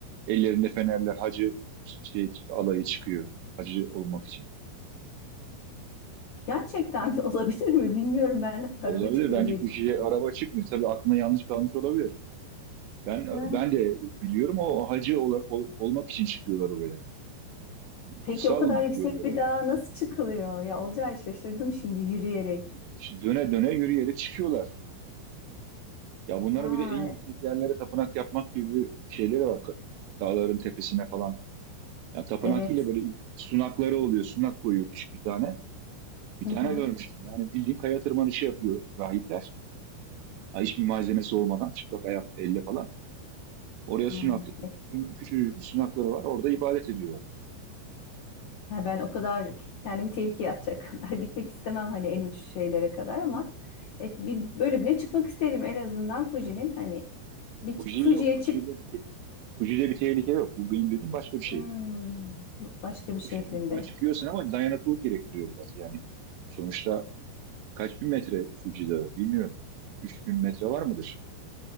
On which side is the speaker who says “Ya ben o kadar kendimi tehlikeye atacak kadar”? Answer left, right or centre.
Left